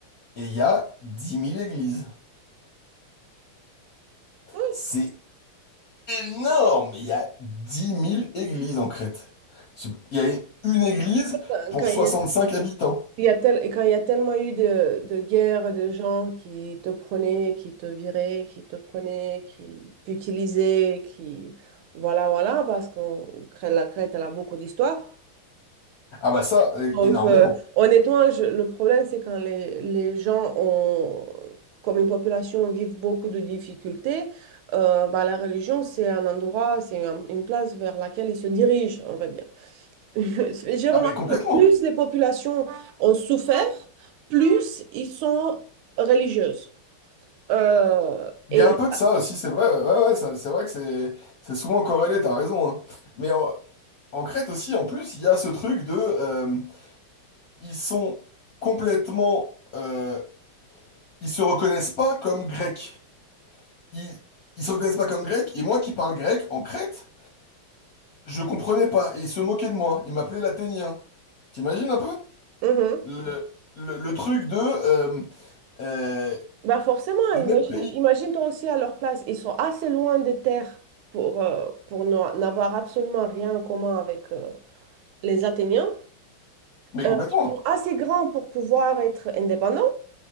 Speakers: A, on the left; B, on the right.
A: et il y a dix mille églises.
B: Oui.
A: C'est énorme! Il y a dix mille églises en Crète. Je- Il y a une église
B: Quand
A: pour
B: quand il
A: 65
B: y a,
A: habitants.
B: il y a tel- quand il y a tellement eu de, de guerres, de gens qui te prenaient, qui te viraient, qui te prenaient, qui t'utilisaient, qui... Voilà, voilà, parce que la Crète, elle a beaucoup d'histoire.
A: Ah bah ça, euh,
B: Donc,
A: énormément.
B: euh, honnêtement, je- le problème, c'est quand les, les gens ont, comme une population, vivent beaucoup de difficultés, euh, bah, la religion, c'est un endroit, c'est un- une place vers laquelle ils se dirigent, on va dire. <laughs> J'ai remarqué,
A: Ah mais complètement.
B: plus les populations ont souffert, plus ils sont religieuses. Euh,
A: Il
B: et
A: y a un peu de ça aussi, c'est vrai. Ouais, ouais, ça- c'est vrai que c'est c'est souvent corrélé, t'as raison. hein. Mais en, en Crète aussi, en plus, il y a ce truc de... euh, ils sont complètement... euh, ils se reconnaissent pas comme grecs. ils, ils se reconnaissent pas comme grecs, et moi qui parle grec en Crète, je comprenais pas, et ils se moquaient de moi, ils m'appelaient l'athénien. T'imagines un peu?
B: Mhm.
A: Le, le, le truc de... euh, euh,
B: Ben forcément,
A: c'est
B: imagine,
A: le même pays.
B: imagine-toi aussi à leur place. Ils sont assez loin des terres pour, euh, pour no- n'avoir absolument rien en commun avec euh, les Athéniens.
A: Mais complètement.
B: Euh, ils sont assez grands pour pouvoir être indépendants.